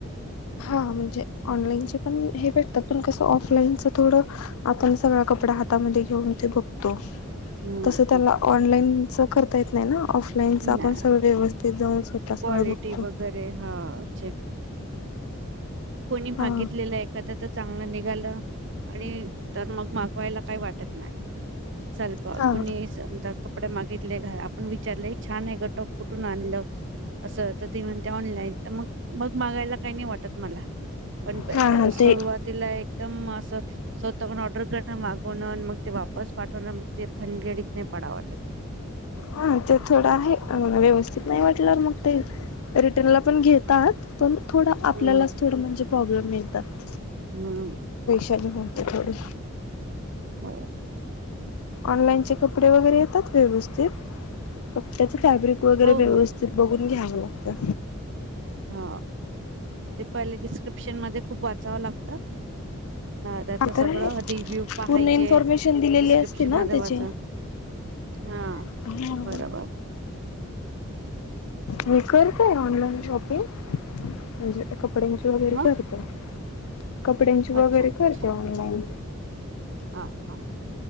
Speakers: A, on the left; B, on the right.
A: हा म्हणजे ऑनलाईनच पण हे भेटतात पण कसं ऑफलाईनच थोडं आपण सगळा कपडा हातामध्ये घेऊन ते बघतो
B: हम्म
A: तस त्याला ऑनलाईन च करता येत नाही ना ऑफलाईनच आपण
B: ना
A: सगळं व्यवस्थित जाऊन स्वतः
B: क्वालिटी
A: सगळं बघत
B: वगैरे हा चेक कोणी
A: हा
B: भागितलेलं एखाद्या तर चांगलं नि झालं आणि तर मग मागवायला काही वाटत नाही स्वल्प
A: हा
B: कोणी समजलं का कपडे मागितले घ आपण विचारलं छान आहे ग टॉप कुठून आणलं असं तर ती म्हणते ऑनलाईन तर मग मग मागायला काही नाही वाटत वाटत मला पण
A: हा हा
B: सुरुवातीला
A: ते
B: एकदम असं स्वतः पण ऑर्डर करून मागवणं अन मग ते वापस पाठवणं मग ते पण भानगडीत नाही पडायला वाटत
A: हा ते थोडं आहे व्यवस्थित नाही वाटलंवर मग ते रिटर्नला पण घेतात पण थोडं आपल्यालाच
B: हम्म.
A: थोडं म्हणजे प्रॉब्लेम येतात
B: हम्म
A: चल हो तर थोडी
B: ब
A: ऑनलाईनचे कपडे वगैरे येतात व्यवस्थित फक्त फॅब्रिक वगैरे
B: हो
A: व्यवस्थित
B: हो.
A: बघून घ्याव अ
B: ह ते पहिले डिस्क्रिप्शन मध्ये खूप वाचावं लागतं अ त्याच
A: हा तर
B: सगळं
A: आहे
B: रिव्ह्यू पहायचे
A: पूर्ण इन्फॉर्मेशन दिलेली
B: डिस्क्रिप्शन
A: असते ना
B: मध्ये
A: त्याची.
B: वाच हा
A: हा
B: बरोबर
A: ह् करताय ऑनलाईन शॉपिंग म्हणजे कपड्यांची वगैरे
B: हा
A: करते कपड्यांची वगैरे
B: अच्छा
A: करते
B: अच्छा
A: ऑनलाइन
B: हा हा